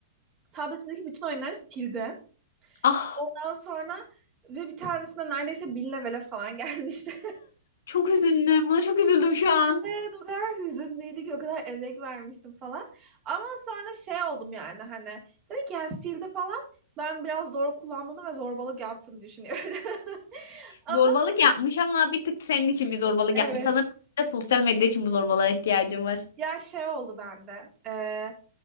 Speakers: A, on the right; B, on the left.
A: tabletindeki bütün oyunları sildi.
B: Ah
A: Ondan sonra ve bir tanesinde neredeyse bin levele falan <laughs> gelmişti.
B: çok üzüldüm. Buna çok üzüldüm şu an.
A: Evet, o kadar hüzünlüydü ki o kadar emek vermiştim falan. Ama sonra şey oldum yani hani dedi ki yani sildi falan. Ben biraz zor kullandığını ve zorbalık yaptığını düşünüyorum. <laughs> Ama
B: Zorbalık yapmış ama bir tık senin için bir zorbalık
A: evet.
B: yapmış. Sanırım bir de sosyal medya için bu zorbalığa ihtiyacım var.
A: Ya şey oldu bende. Ee,